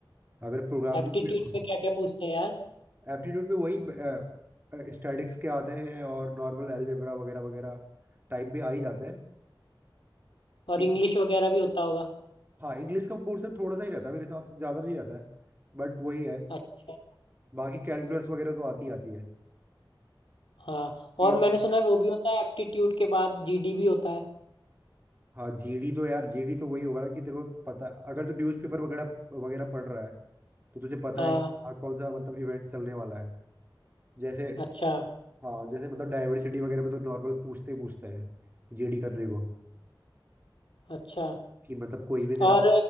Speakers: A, on the right; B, on the left.
A: अगर प्रोग्रामिंग
B: एप्टीट्यूड
A: में हो
B: पे क्या क्या पूछते हैं यार
A: एप्टीट्यूड में वही स्टैटिक्स के आते हैं और नॉर्मल अलजेब्रा वगैरह वगैरह टाइप भी आ ही जाते हैं
B: और
A: कि
B: इंग्लिश वगैरह भी होता होगा
A: हाँ इंग्लिश का पोर्शन थोड़ा सा ही रहता है मेरे हिसाब से ज़्यादा नहीं रहता है बट वही है
B: अच्छा
A: बाकी कैलकुलस वगैरह तो आती ही आती है
B: हाँ
A: कि
B: और मैंने सुना है वो भी होता है एप्टीट्यूड के बाद जीडी भी होता है
A: हाँ जीडी तो यार जीडी तो वही होगा ना कि तेरे को पता अगर तू न्यूज़पेपर वगैरह वगैरह पढ़ रहा है तो तुझे पता
B: हाँ
A: है कि हाँ कौन सा मतलब इवेंट चलने वाला है जैसे
B: अच्छा
A: हाँ जैसे मतलब डाइवर्सिटी वगैरह में तो नॉर्मल पूछते ही पूछते हैं जीडी करने को
B: अच्छा
A: कि मतलब कोई भी तेरा
B: और